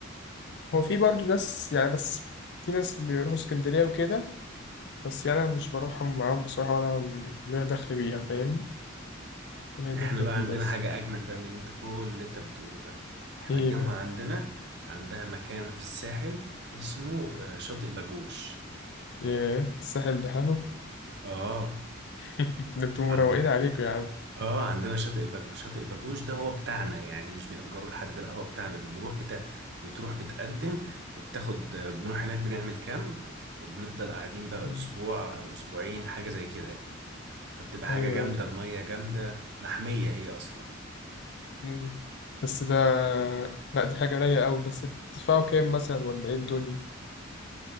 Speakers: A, on the left (about 55°); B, on the right (about 55°).
A: هو في برضه ناس يعني بس في ناس بيروحوا اسكندرية وكده بس يعني أنا مش بروحهم معاهم بصراحة ولا ليا دخل بيها فاهمني هي دخلت
B: احنا بقى
A: دي
B: عندنا
A: بس
B: حاجة أجمل بقى من اللي انت كل اللي انت بتقوله ده احنا
A: ايه
B: الجامعة
A: بقى
B: عندنا عندها مكان في الساحل اسمه آه، شاطئ باجوش
A: ياه الساحل بحاله
B: اه
A: <laughs> ده انتوا مروقين
B: عند...
A: عليكم يا عم
B: اه عندنا شاطئ باج... شاطئ باجوش ده هو بتاعنا يعني مش بيأجره لحد لا هو بتاعنا بنروح بتا... بتروح بتقدم وبتاخد آه، بنروح هناك بنعمل كامب وبنفضل قاعدين بقى
A: مم.
B: أسبوع أو أسبوعين حاجة زي كده يعني فبتبقى حاجة
A: ايوه
B: جامدة المية جامدة محمية هي أصلا
A: ايوه مم. بس ده لا دي حاجة رايقة أوي بس بتدفعوا كام مثلا ولا ايه الدنيا؟